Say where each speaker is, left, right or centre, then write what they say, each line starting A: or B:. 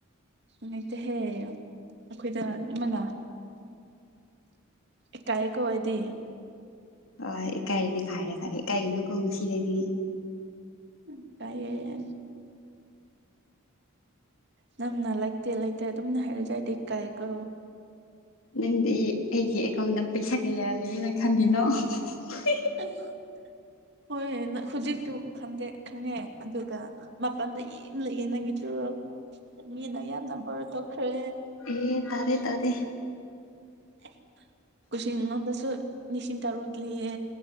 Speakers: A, on the right; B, on the left.
A: ꯅꯨꯡꯉꯥꯏꯇꯦꯍꯦ ꯑꯈꯣꯏꯗ ꯑꯗꯨꯃꯥꯏꯅ ꯏꯀꯥꯏꯌꯦꯀꯣ ꯑꯩꯗꯤ
B: ꯑꯥ ꯍꯣꯏ ꯏꯀꯥꯏꯔꯗꯤ ꯐꯔꯦ ꯐꯔꯦ ꯏꯀꯥꯏꯒꯅꯨꯀꯣ ꯉꯥꯁꯤꯗꯒꯤ
A: ꯏꯀꯥꯏꯌꯦ ꯅꯪꯅ ꯂꯩꯇꯦ ꯂꯩꯇꯦ ꯗꯨꯝꯅ ꯍꯥꯏꯔꯖꯨ ꯑꯩꯗꯤ ꯏꯀꯥꯏꯌꯦ ꯀꯣ
B: ꯅꯪꯗꯤ ꯑꯩꯒꯤ ꯑꯦꯀꯥꯎꯟꯗ ꯄꯩꯁꯥ ꯀꯌꯥ ꯂꯩꯌꯦꯅ ꯈꯜꯂꯤꯅꯣ ꯍꯣꯍꯣꯍꯣ
A: <unintelligible> ꯍꯣꯏ ꯍꯨꯖꯤꯛꯇꯨ ꯈꯪꯗꯦ ꯈꯪꯉꯦ ꯑꯗꯨꯒ ꯃꯄꯥꯟꯗ ꯌꯦꯡ ꯂꯩꯌꯦ ꯅꯪꯒꯤꯁꯨ ꯃꯤꯅ ꯌꯥꯝꯅ ꯕꯣꯔ ꯇꯧꯈ꯭ꯔꯦ
B: ꯑꯦ ꯇꯧꯗꯦ ꯇꯧꯗꯦ
A: ꯑꯦ ꯀꯨꯁꯤꯟ ꯅꯪꯉꯣꯟꯗꯁꯨ ꯅꯤꯁꯤꯝ ꯇꯔꯨꯛꯀꯤꯌꯦ